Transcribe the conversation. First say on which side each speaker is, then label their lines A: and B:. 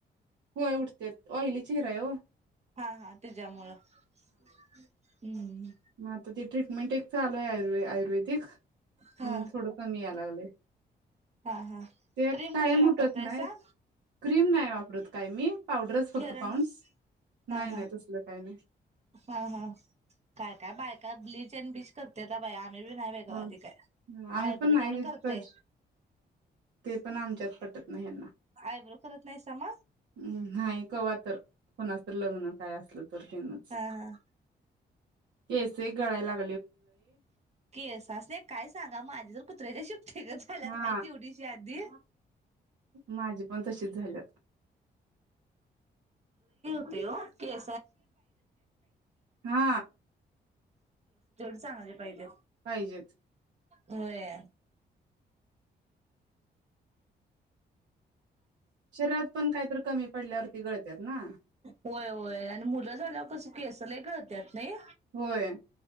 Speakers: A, on the right; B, on the right.
A: होय उठतात ऑहिली चेहरा हाय ओ
B: हा हा त्याच्यामुळं <inaudible> हम्म
A: <unintelligible> ट्रीटमें एक चालूय आयुर्वे आयुर्वेदिक ह्
B: हा
A: थोडं कमी या लागलय
B: हा हा
A: ते
B: क्रीम
A: कायम
B: कुठली वापरतायसा
A: उठत नाही क्रीम नाही वाप मृत काय मी पावडरच फक्त
B: फेरन
A: पांडस
B: हा
A: नाही नाही
B: हा
A: तसल काही नाही
B: हा हा काय काय बायका ब्लीच अँड ब्लीच करतात बाई आी नाही बेग
A: ह
B: त काय आहे
A: आम्ही
B: आय
A: पण
B: ब्रो
A: नाही
B: तेवढं करते
A: कध ते पण आमच्यात पटत नाहीना
B: आयब्रो करत नाहीसा मग
A: नाही कवा्हा तर कोणाच तर लग्न काय असलत तर तेनच
B: हा हा
A: केसे गळायलाग
B: केस सने काय सांगा माजी तर कुत्र्याच्या शिफ्टेगच झाल्यात
A: हा
B: आहे तेवढीशी आधी
A: माझी पण तशीच झाली
B: <unintelligible> नाही <unintelligible> तेवढी
A: हा
B: चांगली पाहिजे
A: पाहिजेत
B: ओ <unintelligible> होय
A: शरीरात पण काहीतरी कमी पडल्यावरती गळत्यात ना
B: होय, होय आणि मुलं झाल्यावर कस केस लय गळत्यात नाही.
A: होय